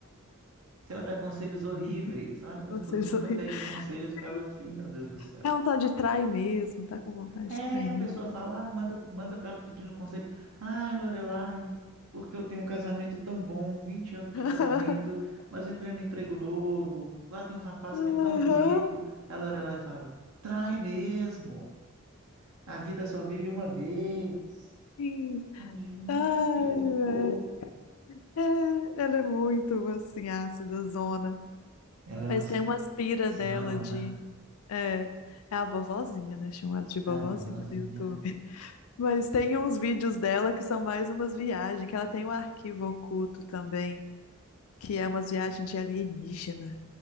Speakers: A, on the right; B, on the left.
A: que ela dá conselhos horríveis.
B: <laughs>
A: Olha que minha
B: Vocês
A: esposa nunca
B: sorri.
A: pegue conselhos
B: Sim.
A: com ela aqui, meu Deus do céu.
B: É um tal de trai mesmo, tá com vontade
A: É,
B: de trair
A: a
B: mesmo.
A: pessoa fala, ah, manda, manda para ela pedindo conselho. Ai, Lorelai, porque eu tenho um casamento tão bom, 20 anos
B: <laughs>
A: de casamento, mas eu entrei no emprego novo, lá tem um rapaz que
B: Aham,
A: é tão bonito. A Lorelai fala, trai mesmo, a vida só vive uma vez.
B: sim.
A: Ah, gente,
B: Ai,
A: que horror.
B: velho. É, ela é muito, assim, ácida, zona.
A: Ela é
B: Mas
A: uma assim,
B: tem umas pira
A: senhorona,
B: dela de. É, é a vovozinha, né? Chama ela de vovozinha
A: a vovozinha.
B: do YouTube. <laughs> Mas tem uns vídeos dela que são mais umas viagens, que ela tem um arquivo oculto também, que é umas viagens de alienígena.